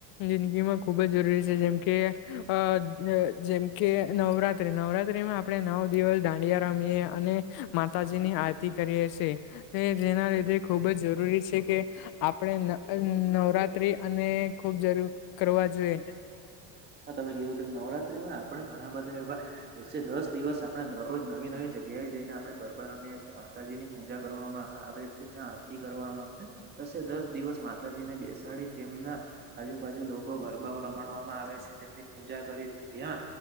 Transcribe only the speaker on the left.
જિંદગીમાં ખુબ જ જરૂરી છે જેમ કે અ જેમ કે નવરાત્રી નવરાત્રીમાં આપણે નવ દિવસ દાંડયા રમીએ અને માતાજીની આ આરતી કરીએ જેના લીધે ખૂબ જ જરૂરી છે કે આપણે નવરાત્રી અને ખુબ જરૂર કરવા જોઈએ.